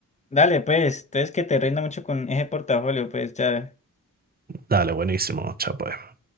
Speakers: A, on the left; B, on the right.
A: Dale, pues, entonces que te rinda mucho con ese portafolio, pues, ya.
B: Dale, buenísimo. Chao, pues.